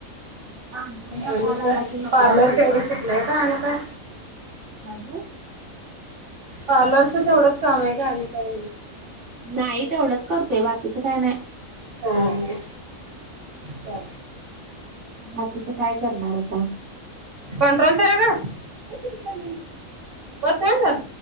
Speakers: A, on the right; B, on the right.
A: माणसांचा
B: आणि
A: कॉल आला
B: काय?
A: की नको
B: पार्लर
A: वाटते
B: तेवढं सुटलंय का आणि काय?
A: अग ये
B: पार्लरचं तेवढंच काम हाय काय आणि काय?
A: नाही तेवढंच करतोय बाकीच काय नाय.
B: हा हा चालतंय.
A: बाकीच काय करणार आता?
B: कंट्रोल तरी कर वर चढन.